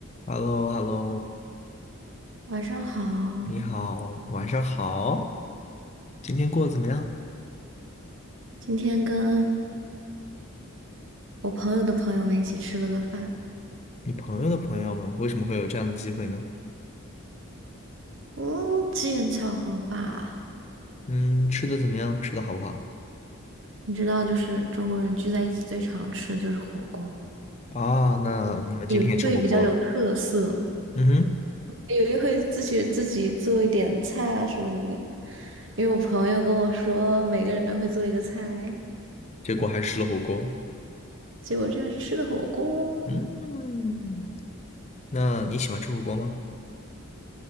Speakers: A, on the left (about 30°); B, on the right (about 60°).
A: h e l l o h e l l o
B: 晚上好，
A: 你好，晚上好，今天过得怎么样？
B: 今天跟我朋友的朋友们一起吃了个饭，
A: 你朋友的朋友们为什么会有这样的机会呢？
B: 嗯，机缘巧合吧。
A: 嗯，吃的怎么样？吃的好不好？
B: 你知道，就是中国人聚在一起最常吃的就是火锅，
A: 啊，那你们今天也吃火锅了？
B: 有的会比较有特色，
A: 嗯哼，
B: 有的会自己自己做一点菜啊什么你。因为我朋友跟我说，每个人会做一个菜，
A: 结果还是吃了火锅。
B: 结果居然是吃的火锅。
A: 嗯，那你喜欢吃火锅吗？